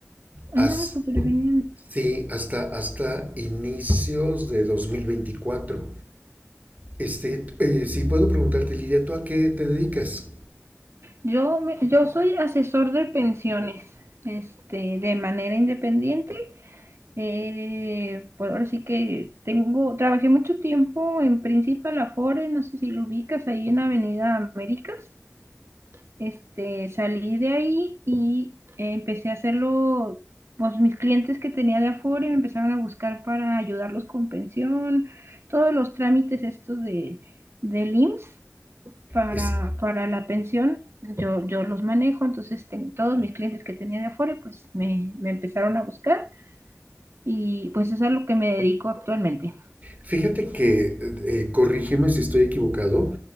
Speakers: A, on the right (about 30°); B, on the right (about 55°).
A: As-
B: Ah, súper bien.
A: sí, hasta, hasta inicios de 2024. Este, eh, si puedo preguntarte, Lidia, ¿tú a qué te dedicas?
B: Yo, me- yo soy asesor de pensiones, este, de manera independiente. Eh, pues ahora sí que tengo, trabajé mucho tiempo en Principal Afore, no sé si lo ubicas ahí en Avenida Américas. este, salí de ahí y eh, empecé a hacerlo, pues mis clientes que tenía de afuera me empezaron a buscar para ayudarlos con pensión, todos los trámites estos de, del IMSS para,
A: Es,
B: para la pensión, yo, yo los manejo, entonces ten, todos mis clientes que tenía de afuera, pues me, me empezaron a buscar y pues eso es a lo que me dedico actualmente.
A: Fíjate que, eh, corrígeme si estoy equivocado,